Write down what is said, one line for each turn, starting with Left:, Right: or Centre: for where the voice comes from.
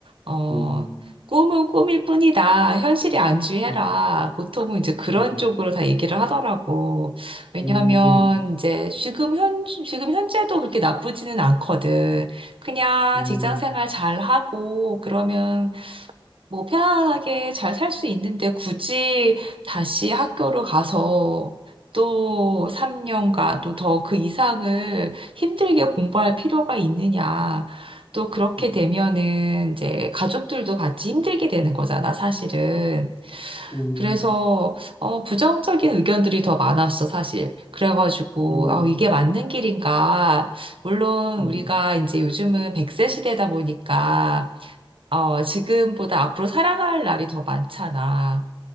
Right: 어,
Left: 음,
Right: 꿈은 꿈일 뿐이다. 현실에 안주해라.
Left: 음,
Right: 보통은 이제 그런
Left: 음,
Right: 쪽으로 다 얘기를 하더라고. 왜냐하면
Left: 음,
Right: 이제 지금 현, 지금 현재도 그렇게 나쁘지는 않거든. 그냥
Left: 음, 음,
Right: 직장 생활 잘하고 그러면 뭐 편안하게 잘 살 수 있는데 굳이 다시 학교를 가서 또 3년간 또 더 그 이상을 힘들게 공부할 필요가 있느냐. 또 그렇게
Left: 음,
Right: 되면은 이제 가족들도 같이 힘들게 되는 거잖아, 사실은.
Left: 음,
Right: 그래서 어, 부정적인 의견들이 더 많았어, 사실. 그래가지고
Left: 음,
Right: 아, 이게 맞는 길인가. 물론
Left: 음,
Right: 우리가 이제 요즘은 100세 시대다 보니까 어, 지금보다 앞으로 살아갈 날이 더 많잖아.